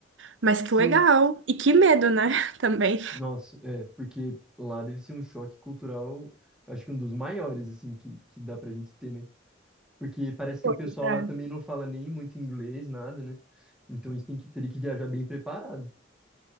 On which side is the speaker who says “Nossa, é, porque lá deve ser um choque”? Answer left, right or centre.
Centre